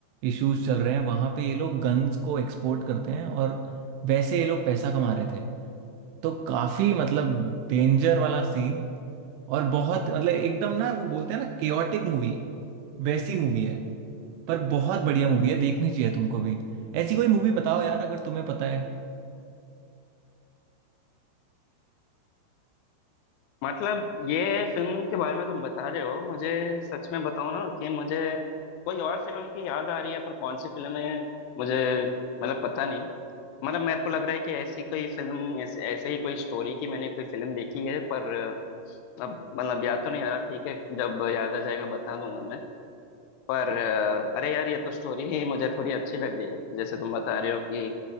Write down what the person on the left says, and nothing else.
मतलब ये फिल्म के बारे में तुम बता रहे हो मुझे सच में बताओ ना कि मुझे कोई और फिल्म की याद आ रही है पर कौन सी फिल्म है मुझे मतलब पता नहीं मतलब मेरे को लग रहा है कि ऐसी कोई फिल्म ऐसे ऐसे ही कोई स्टोरी की मैंने कोई फिल्म देखी है पर अब मतलब याद तो नहीं आ रहा ठीक है जब याद आ जाएगा बता दूंगा मैं पर अरे यार ये तो स्टोरी ही मुझे थोड़ी अच्छी लग रही है जैसे तुम बता रहे हो कि